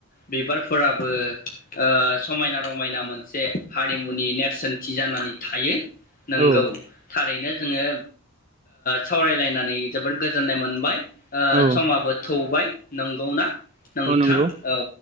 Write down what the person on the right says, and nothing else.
औ
औ
औ नंगौ